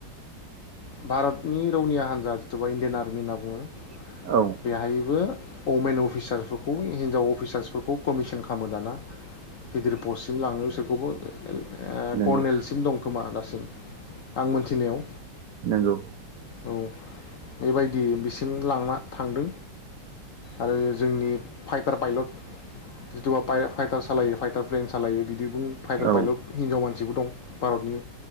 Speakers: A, on the left (about 60°); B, on the right (about 60°).
A: भारतनि रौनिया हान्जा जिथुुबा इण्डियान आरमि होनना बुङो
B: औ
A: बेहायबो अमेन अफिसारफोरखौ हिनजाव अफिसार्सफोरखौ कमिसन खालामो दाना गिदिर पस्टसिम लाङो बिसोरखौबो <unintelligible> ओ
B: नंगौ
A: कर्नेलसिम दं खोमा दासिम आं मोनथिनायाव
B: नोंगौ
A: औ बेबायदि बिसिम लांना थांदों आरो जोंनि फाइटार पाइलट जिथुुबा फाइटार सालायो फाइटार प्लेन सालायो बिदि बुं फाइटार
B: औ
A: पाइलट हिनजाव मानसिबो दं भारतनि